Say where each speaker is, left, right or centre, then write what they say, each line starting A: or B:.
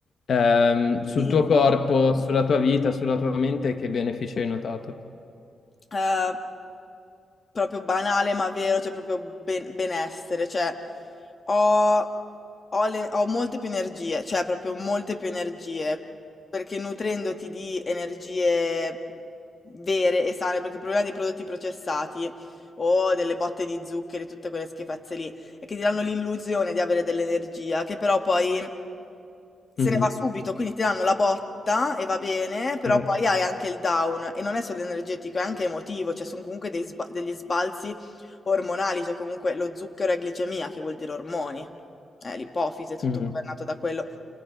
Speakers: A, on the left; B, on the left.
A: Ehm, sul
B: Sì,
A: tuo corpo, sulla tua vita, sulla tua mente, che benefici hai notato?
B: eh, proprio banale ma vero, cioè proprio ben- benessere, cioè ho, ho le- ho molte più energie, cioè proprio molte più energie, perché nutrendoti di energie vere e sane, perché il problema dei prodotti processati o delle botte di zuccheri, tutte quelle schifezze lì, e che ti danno l'illusione di avere dell'energia, che però poi se
A: Mhm.
B: ne va subito, quindi ti danno la botta e va bene, però
A: Certo.
B: poi hai anche il down e non è solo energetico, è anche emotivo, cioè sono comunque dei sba- degli sbalzi ormonali, cioè comunque lo zucchero è glicemia, che vuol dire ormoni, eh, l'ipofisi, è tutto
A: Mhm.
B: governato da quello.